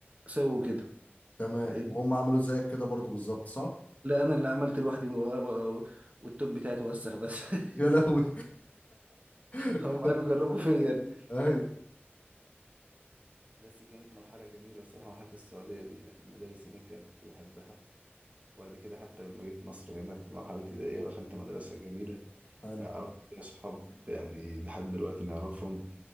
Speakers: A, on the right; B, on the left.
A: سووا كده
B: تمام
A: فايه
B: وهم عملوا زيك كده برضو بالظبط صح؟
A: لا انا اللي عملت لوحدي و- و- والتوب بتاعي اتوسخ بس <laughs>
B: يا لهوي <laughs>
A: هم قالوا جربوا فيا
B: ايوه
A: بس كانت مرحله جميله بصراحه مرحله السعوديه دي يعني المدارس هناك كانت كنت بحبها وبعد كده حتى لما جيت مصر هنا في مرحله ابتدائيه دخلت مدرسه جميله
B: حلو
A: عرفت فيها أصحاب يعني لحد دلوقتي نعرفهم